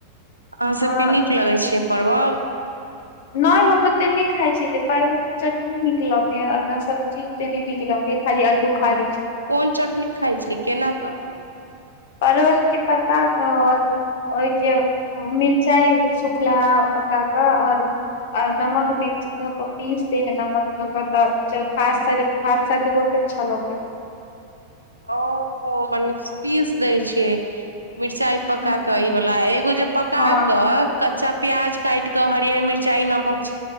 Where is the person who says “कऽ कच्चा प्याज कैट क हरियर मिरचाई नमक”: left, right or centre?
Right